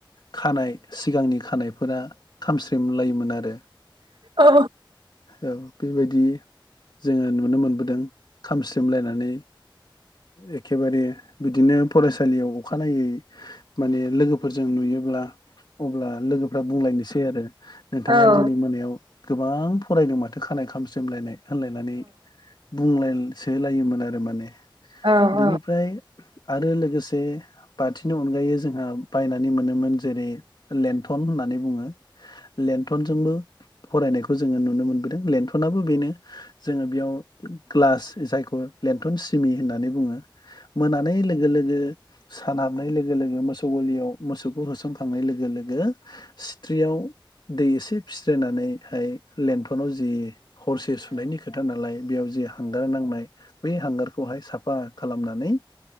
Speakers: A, on the left; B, on the right.
A: खानाय सिगांनि खानायफोरा खामस्रेम लायोमोन आरो।
B: औ
A: औ बेबायदि जोङो नुनो मोनबोदों खामस्रेमलायनानै एखेबारे बिदिनो फरायसालियाव अखानायै माने लोगोफोरजों नुयोब्ला अब्ला लोगोफ्रा बुंलायनोसै आरो नोंथाङा
B: औ
A: दिनै मोनायाव गोबां फरायदों माथो खानाय खामस्रेम लायनाय होनलायनानै बुंलाय सोलायोमोन आरो माने
B: औ औ
A: बेनिफ्राय आरो लोगोसे बाथिनि अनगायै जोंहा बायनानै मोनोमोन जेरै लेन्थन होननानै बुङो। लेन्थनजोंबो फरायनायखौ जोङो नुनो मोनबोदों लेन्थनाबो बेनो जोङो बेयाव ग्लास जायखौ लेन्थन सिमि होननानै बुङो। मोनानाय लोगो लोगो सान हाबनाय लोगो लोगो मोसौ गलियाव मोसौखौ होसन खांनाय लोगो लोगो सिथ्रियाव दै एसे फिस्रोनानैहाय लेन्थनाव जि हरसे सुनायनि खोथा नालाय बेयाव जे हांगार नांनाय बे हांगारखौहाय साफा खालामनानै